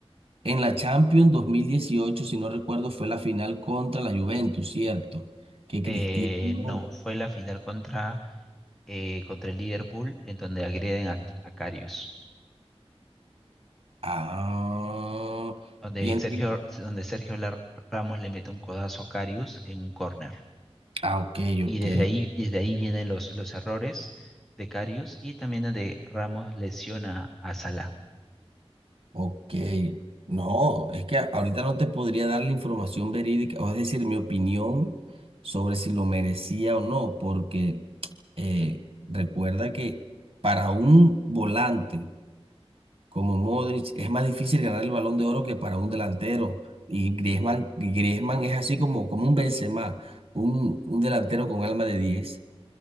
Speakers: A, on the right; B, in the centre.
A: En la Champions 2018, si no recuerdo, fue la final contra la Juventus, ¿cierto? Que Cristiano.
B: Eh, no, fue la final contra, eh, contra el Liverpool, en donde agreden a, a Karius.
A: Ah,
B: Donde
A: y en-
B: Sergio,
A: en-
B: donde Sergio Lar- Ramos le mete un codazo a Karius en un córner.
A: ah, ok,
B: Y
A: ok,
B: desde ahí, desde ahí vienen los, los errores de Karius y también donde Ramos lesiona a Salah.
A: Ok, no, es que a- ahorita no te podría dar la información verídica, o es decir, mi opinión sobre si lo merecía o no, porque eh, recuerda que para un volante como Modric es más difícil ganar el Balón de Oro que para un delantero, y Griezmann, Griezmann es así como, como un Benzema, un, un delantero con alma de 10.